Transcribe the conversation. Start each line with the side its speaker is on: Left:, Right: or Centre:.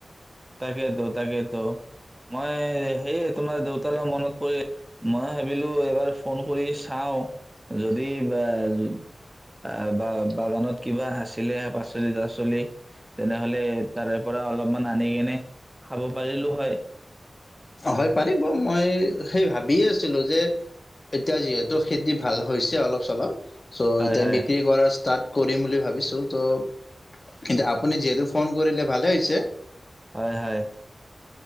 Right: তাকেইতো তাকেইতো মই সেয়ে তোমাৰ দেউতালৈ মনত কৰি, মই ভাবিলো এবাৰ ফোন কৰি চাওঁ। যদি বা য অহ, বা বাগানত কিবা আছিলে পাচলি-তাচলি, তেনেহলে তাৰে পৰা অলপমান আনি কেনে খাব পাৰিলো হয়।
Left: হয় পাৰিব, মই সেই ভাবিয়েই আছিলোঁ যে এতিয়া যিহেতু খেতি ভাল হৈছে অলপ-চলপ। চ'
Right: হয়
Left: এতিয়া
Right: হয়
Left: বিক্ৰী কৰা চৰ্ত কৰিম বুলি ভাবিছোঁ তো, কিন্তু আপুনি যিহেতু ফোন কৰিলে ভালেই হৈছে।
Right: হয় হয়